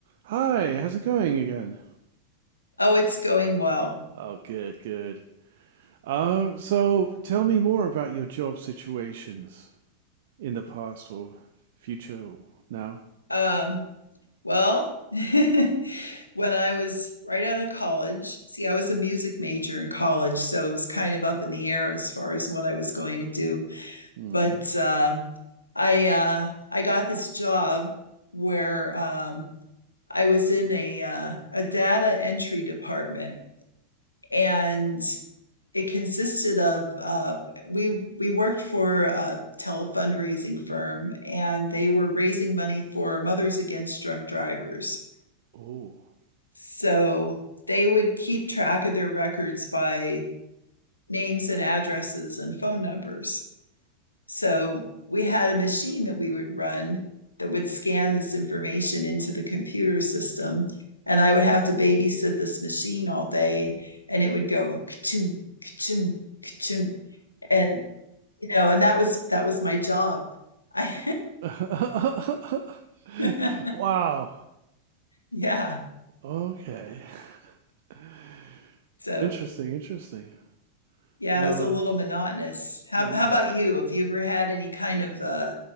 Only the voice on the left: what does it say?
Oh, it's going well.
Um, well, <laughs> when I was right out of college, see, I was a music major in college, so it was kind of up in the air as far as what I was going to do.
But uh, I uh, I got this job where um, I was in a uh, a data entry department, and it consisted of uh, we we worked for a telefundraising firm and they were raising money for mothers against drunk drivers
so they would keep track of their records by names and addresses and phone numbers so we had a machine that we would run that would scan this information into the computer system and i would have to babysit this machine all day and it would go ka-chunk, ka-chunk, ka-chunk. and you know, and that was that was my job. I
<laughs>
yeah.
So
yeah,
it was a little monotonous. How
how about you? Have you ever had any kind of uh,